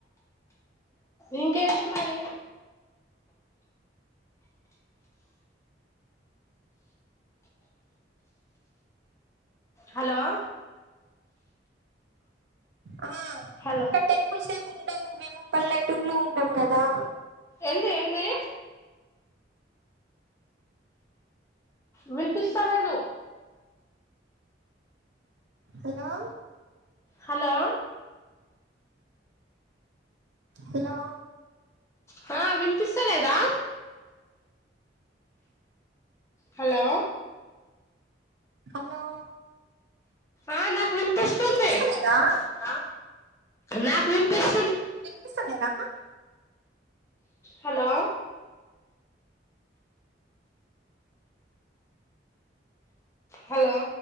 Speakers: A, on the left; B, on the right.
A: ఇంకేంటి మరి హలో
B: ఆ
A: హలో
B: ఇక్కడ టెంపుల్స్ ఏమి ఉండవు మేము పల్లెటూరులో ఉంటాం గదా
A: ఎందే ఎందే <inaudible> వినిపిస్తా లేదు
B: హలో
A: హలో
B: హలో
A: హా వినిపిస్తలేదా హలో
B: హలో
A: ఆ నాకు వినిపిస్తుంది
B: వినిపిస్తలేదా
A: ఆ నాకు వినిపిస్
B: వినిపిస్తుంది గదా
A: హలో హలో